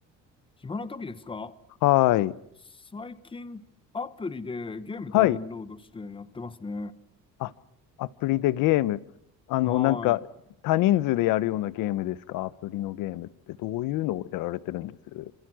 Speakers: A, on the left; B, on the left.
A: 暇な時ですか
B: はい。
A: 最近、アプリでゲームダウンロードしてやってますね。
B: はい、あ、アプリでゲーム。あの、
A: はい。
B: なんか、多人数でやるようなゲームですかアプリのゲームってどういうのをやられてるんです